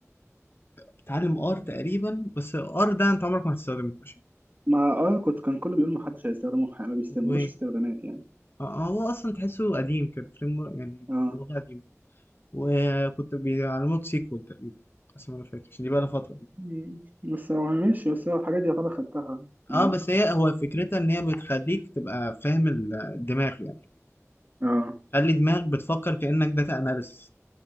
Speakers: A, on the left; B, on the right.
A: بتعلم ار تقريبا بس ار ده انت عمرك ما هتستخدمه ماشي
B: ما اه كنت كان كله بيقول محدش هيستخدمه في حاجة ما بيستعملوش
A: و
B: استخدامات يعني
A: آه، آه، هو اصلا تحسه قديم كده فريم يعني
B: اه
A: لغه قديمه وكنت بيعلموك سيكوال تقريبا بس انا مش فاكر عشان دي بقى لها فتره
B: مم. بس هو ماشي بس هو الحاجات دي يعتبر خدتها يعني
A: اه بس هي هو فكرتها ان هي بتخليك تبقى فاهم ال- الدماغ يعني
B: اه
A: خلي دماغك بتفكر كانك داتا اناليسس